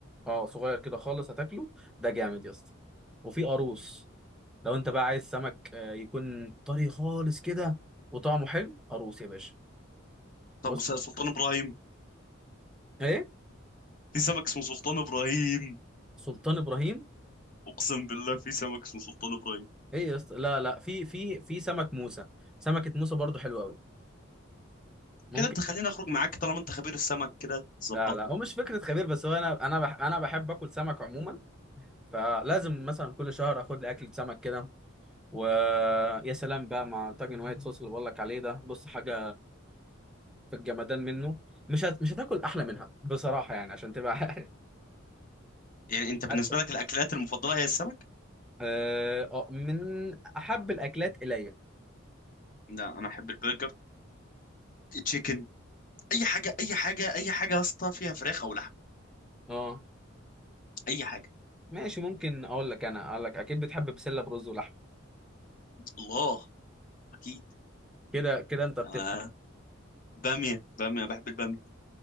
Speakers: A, in the centre; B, on the left (about 45°).
A: اه صغير كده خالص هتاكله ده جامد يا اسطى وفي قاروص لو انت بقى عايز سمك آه، يكون طري خالص كده وطعمه حلو اروس يا باشا
B: طب
A: بص
B: س- سلطان ابراهيم
A: ايه
B: في سمك اسمه سلطان ابراهيم
A: سلطان ابراهيم
B: اقسم بالله في سمك اسمه سلطان ابراهيم
A: ايه يا اسطى لا لا في في في سمك موسى سمكة موسى برضو حلوة قوي ممكن
B: كده انت خليني اخرج معاك طالما انت خبير السمك كده تظبطني
A: لا لا هو مش فكرة خبير بس هو انا انا بح انا بحب اكل سمك عموما فلازم مثلا كل شهر اخد لي اكلة سمك كده ويا سلام بقى مع طاجن وايت صوص اللي بقول لك عليه ده بص حاجة في الجمدان منه مش هت... مش هتاكل احلى منها بصراحة يعني عشان تبقى <laughs>
B: يعني انت بالنسبه
A: عارف
B: لك الاكلات المفضله هي السمك
A: اه آه، من احب الاكلات الي
B: لا انا احب البرجر تشيكن اي حاجه اي حاجه اي حاجه يا اسطى فيها فراخ او لحم
A: اه
B: اي حاجه
A: ماشي ممكن اقول لك انا اقول لك اكيد بتحب بسله برز ولحم
B: الله اكيد
A: كده كده انت
B: آه.
A: بتفهم
B: باميه باميه بحب الباميه